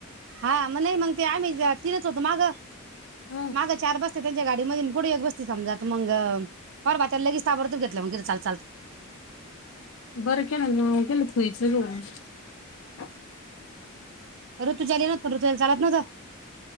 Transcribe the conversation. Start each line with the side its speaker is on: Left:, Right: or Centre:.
Right: हा म नही मग ते आम्ही तिघच होतो मागं.
Left: हम्म
Right: मागं चार बसत्या त्यांच्या गाडी मधी आन पुढं एक बस्ती समजात मंग. पर बा, त्याला लगेच ताबडतोब घेतलं, मग चाल चालत.
Left: बरं केलं न्हव, गलत व्हायचं <unintelligible>
Right: ऋतूजाले येन व्हत पण, ऋतुजाले चालत नव्हतं,